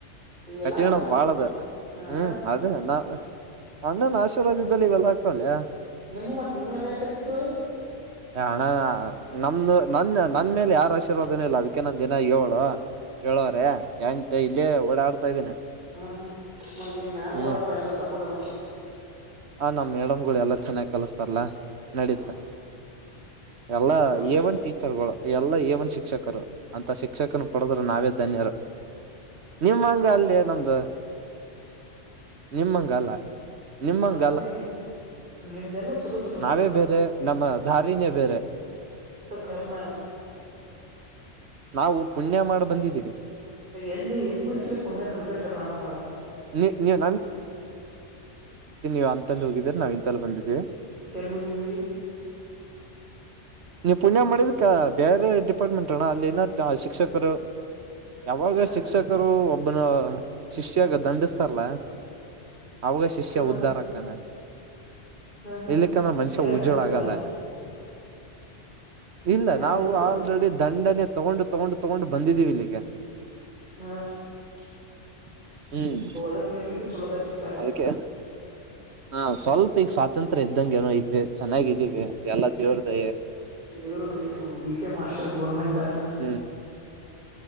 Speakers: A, on the right; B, on the right.
A: ಇವೆಲ್ಲಾ
B: ಕಟ್ಟಿಗಣದ
A: ಅಕ್ಕವನ
B: ಬಾಳದ
A: ಹ ಅಂದ
B: ಹ್ಮ್
A: ಮತ್
B: ಅದೇ ನ. ಆಶೀರ್ವಾದ ಇದ್ದಲ್ಲಿ ಇವೆಲ್ಲ ಆಗ್ತಾವಲೇ
A: ನಿಮ್ಮ ಮತ್ ನಿಮ್ಗೆ ಲೇಟ್ ಆಗಿದ್ದು
B: ಅಣ್ಣಾ ನಮ ನನ್ ನನ್ನ ಮೇಲೆ ಯಾರ ಆಶೀರ್ವದನೂ ಇಲ್ಲ ಅದಕ್ಕೆ ನಾನ್ ದಿನ ಏಳು ಏಳುವರೆ ಎಂಟು ಇಲ್ಲೇ ಓಡಾಡ್ತಾ ಇದ್ದೀನಿ
A: ಹ ಹ್ಮ ಮತ್ತೆ ನಿಮ್ಮ್ ಮ್ಯಾಮ್ಗಳಪ್ಪ
B: ಹ್ಮ್
A: ಎಲ್ಲಾ ಸಪೋರ್ಟ್ ಅದಾರ
B: ಆ ನಮ್ ಮೇಡಮ್ಗಳು ಎಲ್ಲಾ ಚೆನ್ನಾಗ್ ಕಲಸ್ತಾರಲ್ಲಾ ನಡೀತ
A: ಹ
B: ಎಲ್ಲಾ
A: ನೋಡ
B: ಏ ಒನ್ ಟೀಚರಗಳು. ಎಲ್ಲಾ ಎ ಒನ್ ಶಿಕ್ಷಕರು. ಅಂತ ಶಿಕ್ಷಕನು
A: ಹ
B: ಪಡೆದ್ರೆ ನಾವೇದ್ ಧನ್ಯರು ನಿಮ್ಮ ಹಂಗ ಅಲ್ಲಿ ನಮ್ದು ನಿಮ್ಮಂಗಲ್ಲ ನಿಮ್ಮಂಗ
A: ಅಂದ್ರೆ ನಿಮ್ದೆಲ್ಲ ಚಲೋ ಚಲೋನಪ್ಪ
B: ನಾವೇ ಬೇರೆ ನಮ್ಮ ದಾರಿನೇ ಬೇರೆ
A: ಅದು ಕರ್ಣ
B: ನಾವು ಪುಣ್ಯ ಮಾಡಿ ಬಂದಿದ್ದೀವಿ.
A: ಎಲ್ಲಿ ಎಲ್ಲಿ ಮೆಟ್ಲಿ ಪುಣ್ಯ ನನಗಿಟ್ ಹೇಳು ನಾನು ಮಾಡತೀನಿ
B: ನೀ ನೀವ್ ನೀವೇನ್ ಅಂತಲ್ಲಿ ಹೋಗಿದಿರ ನಾವು ಇಂತಲ್ಲಿ ಬಂದಿದೀವಿ.
A: ಏಲ್ ಹೋಗಿವಿ
B: ನೀವ್ ಪುಣ್ಯ ಮಾಡಿದಕ್ಕಾ ಬೇರೆ ಡಿಪಾರ್ಟ್ಮೆಂಟ್ ಅಣ್ಣ ಅಲ್ಲಿ ಇನ್ ಶಿಕ್ಷಕರು ಯಾವಾಗ
A: ಹಾ
B: ಶಿಕ್ಷಕರು ಒಬ್ಬನು ಶಿಷ್ಯಾಗ ದಂಡಸ್ತಾರಲ್ಲ ಅವಾಗ ಶಿಷ್ಯ
A: ಹಾ
B: ಉದ್ಧಾರಕ್ಕನ
A: ಹಾ ಹಾ
B: ಇಲ್ಲಕ್ಕಂದ್ರೆ ಮನುಷ್ಯ
A: ನಿಮ್ ಯಾರ್
B: ಉಜೋಳ
A: ದಂಡಸ್ವರ
B: ಆಗಲ್ಲ
A: ನಿಮ್
B: ಇಲ್ಲ
A: ಯಾರ್
B: ನಾವು
A: ದಂಡಸ್ವ
B: ಆಲ್ರೆಡಿ ದಂಡ ಂಡೇ ತಗೊಂಡು ತಗೊಂಡು ತಗೊಂಡು ಬಂದಿದ್ದೀವಿ ಇಲ್ಲಿಗೆ
A: <inaudible>
B: <inaudible> ಹ್ಮ್
A: ಓದಕ್ ನಿಮಗ ಚಲೋದಾರ್ ಸಿಕ್ಕಾರ
B: ಅದಕ್ಕೆ ಹ
A: ಹ್ಮ್
B: ಸ್ವಲ್ಪ ಈಗ ಸ್ವಾತಂತ್ರ್ಯ ಇದ್ದಂ ಏನೋ ಐತಿ ಚೆನ್ನಾಗಿದ್ದೀವಿ ಎಲ್ಲ ಜೋವರದ
A: ದೇವ್ರದ ವಿಷ ಮಾಸ್ಟರ್ ಗೌರ್ಮೆಂಟ್ <inaudible> <inaudible>
B: ಹ್ಮ್